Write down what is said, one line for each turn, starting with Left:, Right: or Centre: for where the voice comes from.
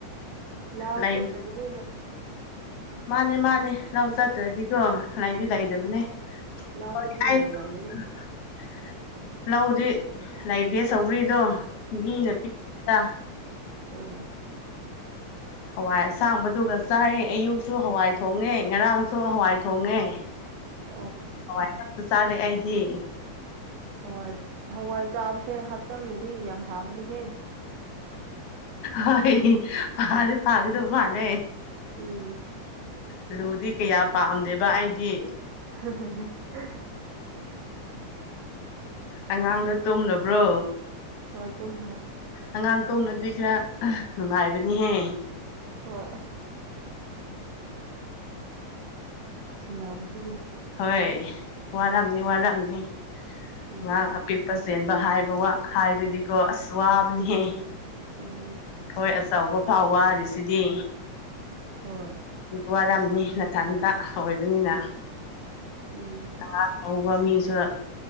Right: ꯂꯑꯣ
Left: ꯂꯩ
Right: ꯁꯠꯇꯦ ꯒꯅ
Left: ꯃꯥꯅꯦ ꯃꯥꯅꯦ ꯂꯅꯥꯎ ꯆꯠꯇ꯭ꯔꯗꯤꯀꯣ ꯂꯥꯏꯗꯤ ꯂꯩꯗꯕꯅꯦ
Right: ꯎꯝ ꯂꯥꯎꯗꯗꯤ
Left: ꯍ
Right: ꯂꯩꯔꯝꯃꯅꯤ
Left: <unintelligible> ꯂꯧꯗꯤ ꯂꯩꯗꯦ ꯆꯧꯒ꯭ꯔꯤꯗꯣ ꯃꯤꯅ ꯄꯤꯒꯦꯗ
Right: ꯑꯝ
Left: ꯍꯋꯥꯏ ꯑꯁꯥꯡꯕꯗꯨꯒ ꯆꯥꯏ ꯑꯌꯨꯛꯁꯨ ꯍꯋꯥꯏ ꯊꯣꯡꯉꯦ ꯉꯔꯥꯡꯁꯨ ꯍꯋꯥꯏ ꯊꯣꯡꯉꯦ
Right: <inaudible>
Left: ꯍꯋꯥꯏꯛꯇ ꯆꯥꯔꯦ ꯑꯩꯗꯤ
Right: ꯍꯋꯥꯏ ꯍꯋꯥꯏ ꯆꯥꯕꯁꯦꯆꯪꯉꯤꯗꯤ ꯌꯥꯝ ꯐꯕꯅꯦꯍꯦ
Left: ꯍꯣꯏ ꯐꯥꯅꯤ ꯐꯥꯒꯗ ꯃꯥꯅꯦ
Right: ꯎꯝꯝ
Left: ꯑꯂꯨꯗꯤ ꯀꯌꯥ ꯄꯥꯝꯗꯦꯕ ꯑꯩꯗꯤ
Right: <unintelligible>
Left: ꯑꯉꯥꯡꯗ ꯇꯨꯝꯅꯕ꯭ꯔꯣ
Right: ꯍꯣꯏ ꯇꯨꯝꯈ꯭ꯔꯦ
Left: ꯑꯉꯥꯡ ꯇꯣꯝꯅꯗꯤ ꯈꯔ ꯅꯨꯡꯉꯥꯏꯕꯅꯤꯍꯦ
Right: ꯍꯣꯏ ꯗꯥꯕꯁꯤꯗꯤ
Left: ꯍꯣꯏ ꯋꯥꯔꯝꯅꯤ ꯋꯥꯔꯝꯅꯤ
Right: ꯎꯝ
Left: ꯑꯉꯥꯡ ꯑꯄꯤꯛꯄꯁꯨ ꯆꯦꯟꯕ ꯍꯥꯏꯕ ꯋꯥ ꯍꯥꯏꯕꯗꯤꯀꯣ ꯑꯁ ꯋꯥꯕꯅꯤꯍ
Right: ꯎꯝ ꯎꯝ
Left: ꯍꯣꯏ ꯑꯆꯧꯕ ꯐꯥꯎ ꯋꯥꯔꯤꯔꯤꯁꯤꯗꯤ
Right: ꯍꯣꯏ
Left: ꯋꯥꯔꯝꯅꯤ ꯅꯥꯊꯟꯗ ꯑꯣꯏꯕꯅꯤꯅ
Right: ꯎꯝ
Left: ꯑ ꯂꯧꯕ ꯃꯤꯁꯨ